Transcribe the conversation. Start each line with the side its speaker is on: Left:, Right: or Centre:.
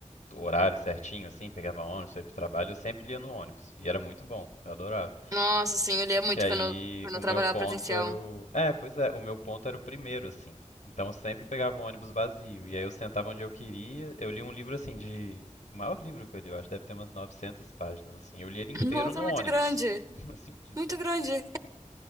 Left: o horário certinho, assim, pegava ônibus, ia pro trabalho, eu sempre lia no ônibus. E era muito bom, eu adorava.
Right: Nossa, sim eu lia muito
Left: Que aí
Right: quando, eu- quando
Left: o
Right: eu trabalhava
Left: meu ponto
Right: presencial.
Left: era o. É, pois é, o meu ponto era o primeiro, assim. Então eu sempre pegava um ônibus vazio. E aí eu sentava onde eu queria. Eu li um livro, assim, de. O maior livro que eu li, eu acho, deve ter umas 900 páginas, assim. Eu li ele inteiro
Right: <laughs> Nossa,
Left: no
Right: é muito
Left: ônibus.
Right: grande,
Left: <laughs> Assim, de-
Right: muito grande.